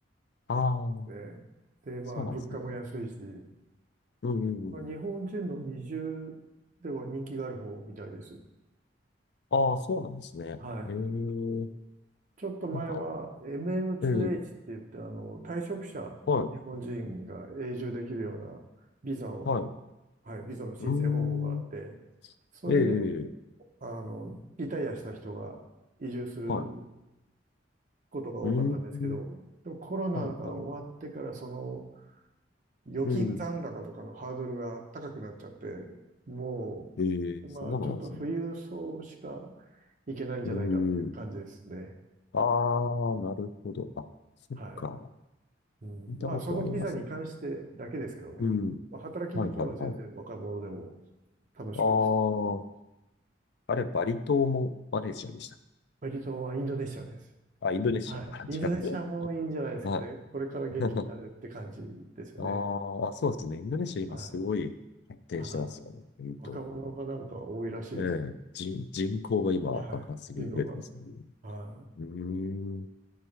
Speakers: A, on the left (about 60°); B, on the right (about 45°).
A: ああ、
B: すね。で、まあ、
A: そうなんですね。
B: 物価も安いし、
A: うんうんうん。
B: まあ日本人の移住では人気がある方みたいです。
A: ああ、そうなんですね。
B: はい。
A: へえ、
B: ちょっと前は
A: なんか、
B: MM2H
A: ええ、
B: って言って、あの、退職者の日本人が永住できるようなビザを、
A: はい、はい。
B: はい、ビザの申請方法があって、
A: うーん、
B: それで、
A: ええ、
B: あの、リタイアした人が移住する
A: はい。
B: ことが多かったんですけど、
A: うーん、
B: でもコロナが終わってから、
A: はい、はい。
B: その預金残高とかのハードルが高くなっちゃって、
A: うん、
B: も
A: ええ、
B: う今ちょっと富裕層しか
A: そんなのなんですね。
B: 行けないんじゃないかっていう感じですね。
A: うーん、ああ、なるほど。あ、そっか。
B: はい。うん、
A: 聞いたことありますね。
B: まあ、そのビザに関してだけですけどね。
A: うん、
B: まあ、働きに行けば全然若者でも
A: はい、はい、はい。
B: 楽しく過ごせると思います。
A: ああ、あれ、バリ島もマレーシアでした。
B: バリ島はインドネシアです。
A: あ、インドネシアか。
B: はい。
A: <laughs> じゃ
B: インドネシアもいいんじゃないですかね。
A: あ。<laughs> は
B: これから元気になるって感じですよね。
A: い。<laughs> あーあ、そうですね。インドネシア今すごい発展してますよね。
B: はい。はい。
A: うんと。
B: 若者がなんか多いらしいです。
A: ええ、人、人口が今爆発的に増えてますよね。
B: はい。人口が。は
A: うーん。